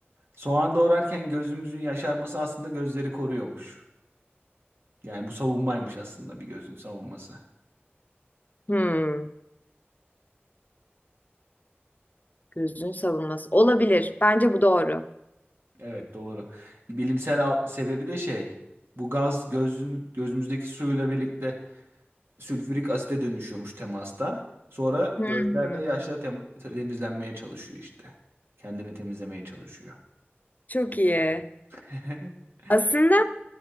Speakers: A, on the right; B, on the left.
A: Soğan doğrarken gözümüzün yaşarması aslında gözleri koruyormuş. Yani bu savunmaymış aslında bir gözün savunması.
B: Hmm, gözün savunması. Olabilir. Bence bu doğru.
A: Evet doğru. Bilimsel a- sebebi de şey. Bu gaz gözün, gözümüzdeki suyla birlikte sülfürik asite dönüşüyormuş temasta. Sonra
B: Hı
A: gözler
B: hı.
A: de yaşla tem- temizlenmeye çalışıyor işte. Kendini temizlemeye çalışıyor.
B: Çok iyi.
A: <laughs>
B: Aslında